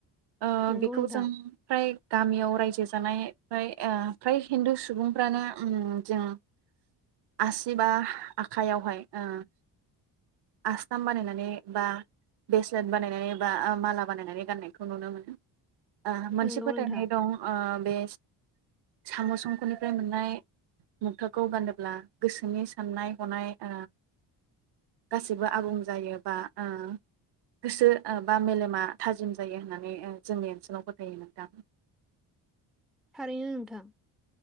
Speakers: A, on the right (about 55°); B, in the centre.
A: ओ
B: नंगौ
A: बेखौ
B: नोंथां
A: जों फ्राय गामियाव राय जे जानाय फ्राय ओ फ्राय हिन्दु सुबुंफ्रानो उम जों आसि बा आखाइयावहाय ओ आसथाम बानायनानै बा ब्रेसलेट बानायनानै बा ओ माला बानायनानै गाननायखौ नुनो मोनो। ओ मोनसे
B: नंगौ
A: फोथायनाय
B: नोंथां
A: दं ओ बे साम' संख'निफ्राय मोननाय मुखथाखौ गा ब्ला गोसोनि साननाय हनाय ओ गासिबो आबुं जायो बा ओ गोसो ओ बा मेलेमा थाजिम जायो होननानै ओ जोंनि ओनसोलाव फोथायो नोंथां।
B: थारैनो नोंथां।